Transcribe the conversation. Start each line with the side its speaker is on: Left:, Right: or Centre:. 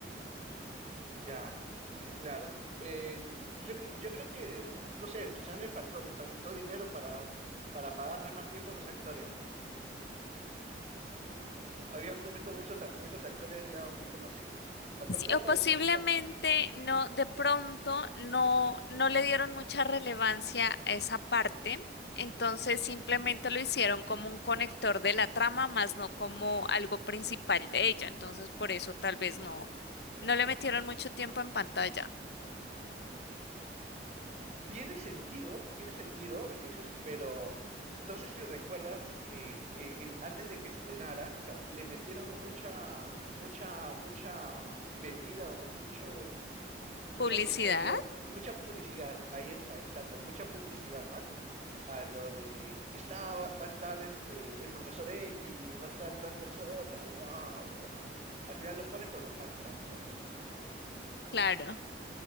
Right: Ya, eh, claro. Eh, yo, cre- yo creo que, no sé, quizás les faltó, les faltó dinero para, para pagarle más tiempo a los actores, ¿no? Habían puesto muchos, a- muchos actores ya muy conocidos. Les faltó
Left: Sí,
Right: plata
Left: o posiblemente
Right: y ya.
Left: no, de pronto no, no le dieron mucha relevancia a esa parte, entonces simplemente lo hicieron como un conector de la trama, más no como algo principal de ella, entonces por eso tal vez no, no le metieron mucho tiempo en pantalla.
Right: Tiene sentido, tiene sentido lo que dices, pero no sé si recuerdas que eh, en- antes de que estrenara, o sea, le metieron mucha, mucha, mucha vendida o mucho, mucho
Left: ¿Publicidad?
Right: misterio, mucha publicidad, ahí está, exacto, mucha publicidad a lo de, está, va, va a estar este, el profesor X, va a estar tal persona, wow, wow. Al final los ponen, pero los matan, pues, a los minutos.
Left: Claro.